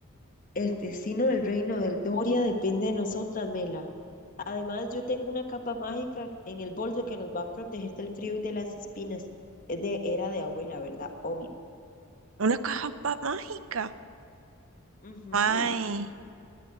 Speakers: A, on the left; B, on the right.
A: El destino del reino del Doria depende de nosotras, Mela. Además, yo tengo una capa mágica en el bolso que nos va a proteger del frío y de las espinas. Es de era de abuela, ¿verdad? Obvio.
B: una caja pa- mágica.
A: Ujú,
B: Ay,